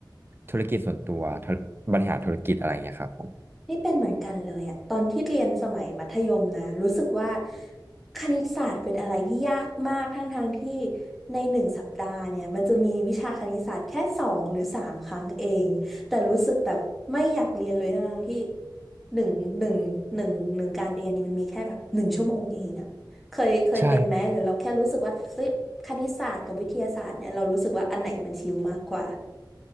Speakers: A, on the right; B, in the centre.
A: ธุรกิจส่วนตัวธุรบริหารธุรกิจอะไรอย่างเงี้ยครับผม
B: นี่เป็นเหมือนกันเลยอะตอนที่เรียนสมัยมัธยมนะรู้สึกว่าคณิตศาสตร์เป็นอะไรที่ยากมากทั้งทางที่ในหนึ่งสัปดาห์เนี่ยมันจะมีวิชาคณิตศาสตร์แค่สองหรือสามครั้งเองแต่รู้สึกแบบไม่อยากเรียนเลยทั้งทที่หนึ่งหนึ่งหนึ่งหนึ่งการเรียนเนี่ยมันมีแค่แบบหนึ่งชั่วโมงเองอะเคยเคยเป็นไหมหรือเราแค่รู้สึกว่าเฮ้ยคณิตศาสตร์กับวิทยาศาสตร์เนี่ยเรารู้สึกว่าอันไหนมันชิลมากกว่า
A: ใช่